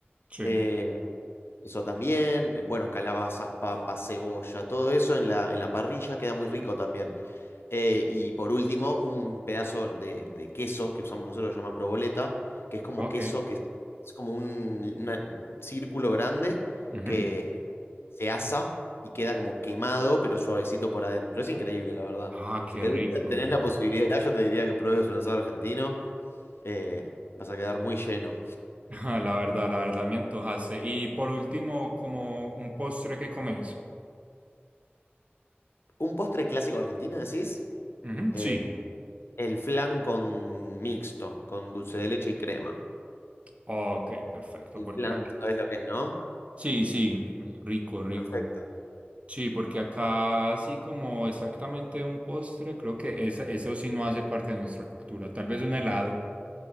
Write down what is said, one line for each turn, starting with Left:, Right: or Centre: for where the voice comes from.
Right: Sí,
Left: Eh, eso también. Bueno, calabazas, papas, cebolla, todo eso en la, en la parrilla queda muy rico también. Eh, y por último, un pedazo de, de queso que usamos nosotros, que se llama proboleta, que es como
Right: ok.
Left: queso, que es, es como un, una- un círculo grande
Right: Ujú.
Left: que se asa y queda como quemado, pero suavecito por adentro. Es increíble, la verdad.
Right: Ah, qué
Left: Si
Right: rico.
Left: algún día tenés la posibilidad, yo te diría que pruebes un asado argentino, eh, vas a quedar muy lleno.
Right: <laughs> La verdad, la verdad me antojaste. Y por último, como un postre que comes.
Left: Un postre clásico argentino, decís,
Right: Ujú, Sí,
Left: Eh, el flan con mixto, con dulce de leche y crema.
Right: ok, perfecto,
Left: El
Right: porque
Left: flan,
Right: aquí...
Left: sabes lo que es, no?
Right: Sí, sí, rico, rico.
Left: Perfecto.
Right: Sí, porque acá así como exactamente un postre, creo que esa- eso sí no hace parte de nuestra cultura. Tal vez un helado.